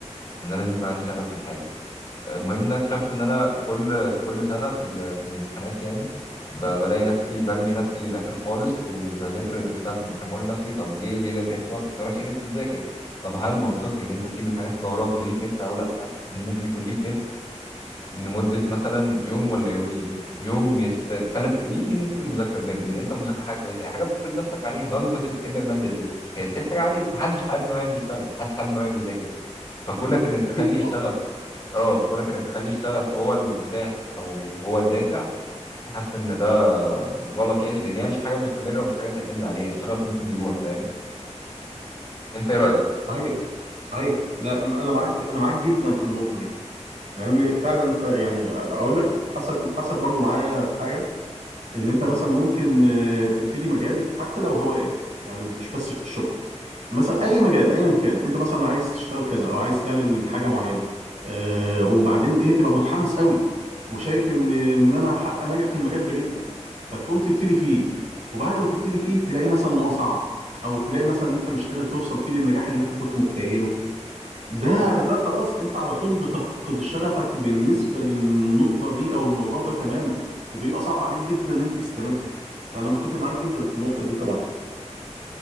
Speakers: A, on the left (about 30°); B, on the right (about 80°).
A: وان انا لازم يكون عندي شغف بالحاجة المهم ان أنا اكتشفت ان انا كل كل سنه في, ال... في الامتحانات يعني ب... بلاقي نفسي برمي نفسي للاخر خالص ومش بذاكر غير ساعه الامتحان بقول لنفسي طب ليه ليه ده بيحصل؟ مش تراكش نفسي تذاكر طب هل منطقي ان انت تسيب الحاجات اللي وراك ليك نفس او لا؟ ان ممكن يكون ليك نفس لمده مثلا يوم ولا يومين يوم يست... ثلاث مين ليه نفس المذاكره بجد من انت مذاكره حاجه كويسه هي حاجه بتفرض نفسك عليها مهما كنت بتحب الماده دي هي ستيل حاجه عليك محدش حابب ان هو يقعد يشتغل محدش حابب ان هو يقعد يذاكر فكونك انك
B: اكيد
A: تخلي الشغف اه كونك انك تخلي الشغف هو المفتاح او هو الدافع فحاسس ان ده غلط يعني لان هي مش حاجه مستمره ومش حاجه تعتمد عليها الشغف ممكن يروح فاهم انت ايه رايك
B: صحيح صحيح لا م- انا معاك انا معاك جدا في النقطه دي لان فعلا انت يعني اقول لك حصلت حصلت برضو معايا في حاجه ان انت مثلا ممكن آه، تبتدي مجال حتى لو هوايه يعني مش بس الشغل مثلا اي مجال ايا كان انت مثلا عايز تشتغل كذا او عايز تعمل حاجه معينه آه، وبعدين ايه تبقى متحمس قوي وشايف ان ان انا هبقى ناجح في المجال ده جدا فتقوم تبتدي فيه وبعد ما تبتدي فيه تلاقي مثلا ان هو صعب او تلاقي مثلا ان انت مش قادر توصل فيه للنجاح اللي انت كنت متخيله ده ده خلاص انت على طول بتفقد شغفك بالنسبة للنقطة دي او الموضوع ده تماما وبيبقى صعب عليك جدا ان انت تستمر فانا متفق معاك جدا في النقطة دي طبعا